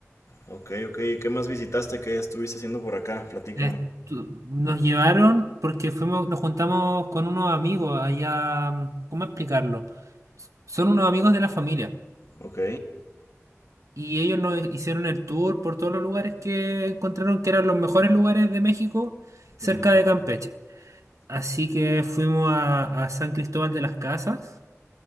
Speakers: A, on the left; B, on the right.
A: Ok, ok. ¿Y qué más visitaste? ¿Qué estuviste haciendo por acá? Platícame.
B: Estu- nos llevaron porque fuimos, nos juntamos con unos amigos allá, mm, ¿cómo explicarlo? Son unos amigos de la familia.
A: Ok.
B: Y ellos nos hicieron el tour por todos los lugares que encontraron que eran los mejores lugares de México cerca
A: ujú.
B: de Campeche. Así que fuimos a, a San Cristóbal de las Casas.